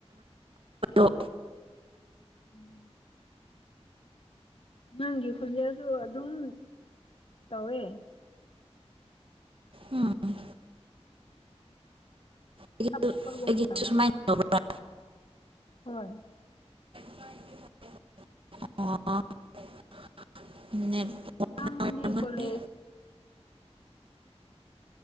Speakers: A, on the right; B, on the left.
A: ꯣ
B: ꯎꯝ ꯅꯪꯒꯤ ꯈꯨꯟꯖꯦꯜꯁꯨ ꯑꯗꯨꯝ ꯇꯧꯋꯦ
A: ꯎꯝ ꯑꯩꯒꯤꯁꯨ
B: ꯇ ꯇꯧ
A: ꯑꯩꯒꯤꯁꯨ
B: ꯍꯣꯏꯕ
A: ꯁꯨꯃꯥꯏꯅ ꯇꯧꯕ꯭ꯔꯥ
B: ꯍꯣꯏ
A: ꯑꯣ
B: ꯅꯪꯒꯤꯦ
A: ꯑꯣꯏꯔꯝꯒꯅꯤ
B: ꯀꯣꯂꯦꯁ